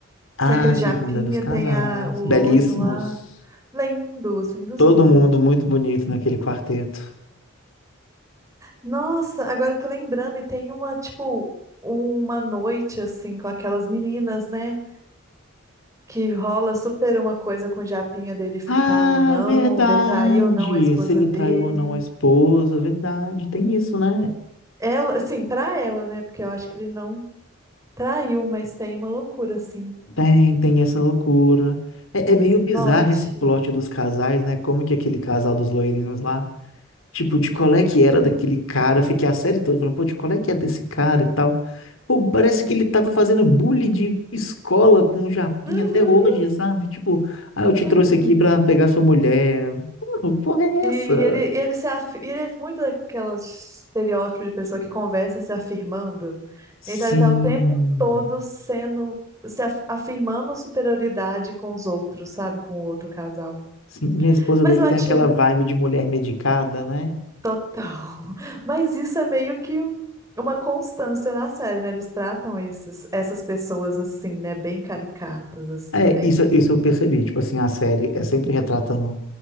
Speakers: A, on the left (about 75°); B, on the right (about 15°).
A: Ah,
B: Tem aquele
A: a segunda
B: japinha,
A: nos casais.
B: tem a, o loiro
A: Belíssimos.
B: lá. Lindos, lindos,
A: Todo
B: lindos.
A: mundo muito bonito naquele quarteto.
B: Nossa, agora eu tô lembrando, e tem uma, tipo, uma noite, assim, com aquelas meninas, né? Que rola super uma coisa com o japinha dele ficar
A: Ah,
B: ou não,
A: verdade!
B: de trair ou não a esposa
A: Se ele
B: dele.
A: traiu ou não a esposa, verdade. Tem isso, né?
B: Ela, assim, pra ela, né? Porque eu acho que ele não traiu, mas tem uma loucura, assim.
A: Tem, tem essa loucura. É,
B: Tem
A: é meio
B: esse
A: bizarro
B: plot.
A: esse plot dos casais, né? Como que aquele casal dos loirinhos lá, tipo, de qual é que era daquele cara? Eu Fiquei a série toda falando, pô, de qual é que é desse cara e tal. Pô, parece que ele tava fazendo bullying de escola com o Japinha
B: Uhum,
A: até hoje, sabe? Tipo, ah, eu te
B: sim.
A: trouxe aqui pra pegar sua mulher. Pô, que porra é
B: E
A: essa?
B: ele, e ele se af... e ele é muito daquelas estereótipo de pessoa que conversa se afirmando.
A: Sim,
B: Então ele tá o tempo todo sendo se af- afirmando superioridade com os outros, sabe? Com o outro casal.
A: sim. E a esposa
B: Mas
A: dele
B: eu acho
A: tem aquela vibe de mulher medicada, né?
B: total. <laughs> Mas isso é meio que um- uma constância na série, né? Eles tratam esses, essas pessoas assim, né? Bem caricatas, assim,
A: É,
B: bem.
A: isso, isso eu percebi. Tipo assim, a série é sempre retratando.